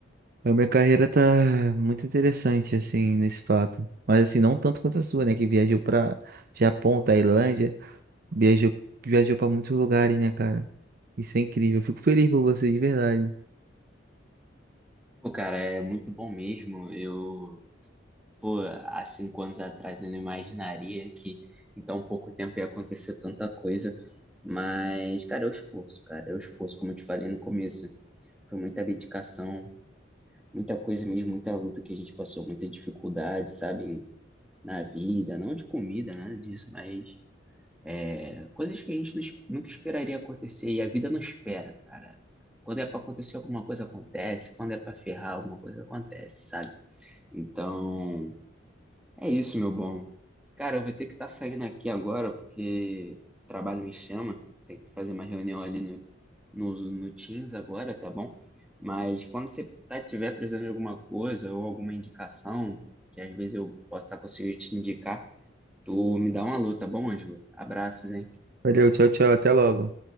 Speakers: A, on the right; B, in the centre.
A: a minha carreira tá muito interessante, assim, nesse fato. Mas, assim, não tanto quanto a sua, né? Que viajou pra Japão, Tailândia, viajou, viajou pra muitos lugares, né, cara? Isso é incrível. Eu fico feliz por você, de verdade.
B: Pô, cara, é muito bom mesmo. Eu, pô, há cinco anos atrás eu não imaginaria que em tão pouco tempo ia acontecer tanta coisa. Mas, cara, é o esforço, cara, é o esforço, como eu te falei no começo. Foi muita dedicação, muita coisa mesmo, muita luta que a gente passou, muita dificuldade, sabe, na vida, não de comida, nada disso, mas é, coisas que a gente não es- nunca esperaria acontecer e a vida não espera, cara. Quando é pra acontecer alguma coisa acontece, quando é pra ferrar alguma coisa acontece, sabe? Então, é isso, meu bom. Cara, eu vou ter que estar saindo aqui agora porque o trabalho me chama, tem que fazer uma reunião ali no no, no Teams agora, tá bom? Mas quando você tá, tiver precisando de alguma coisa ou alguma indicação, que às vezes eu posso estar conseguindo te indicar, tu me dá uma alô, tá bom, Ângelo? Abraços, hein?
A: Valeu, tchau, tchau. Até logo.